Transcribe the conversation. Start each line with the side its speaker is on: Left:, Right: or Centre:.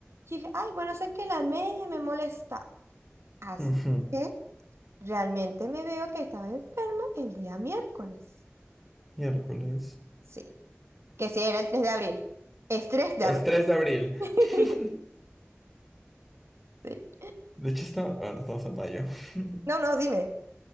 Right: Y dije, ay, bueno, sé que la media me molestaba. Hasta
Centre: <laughs> Ujú,
Right: que realmente me veo que estaba enferma el día miércoles.
Centre: Miércoles.
Right: Sí, que sí, era el 3 de abril. Es 3 de
Centre: Es
Right: abril.
Centre: 3 de abril.
Right: <laughs>
Centre: <laughs>
Right: Sí.
Centre: De hecho, está- ah, no, estamos en mayo. <laughs>
Right: No, no, dime.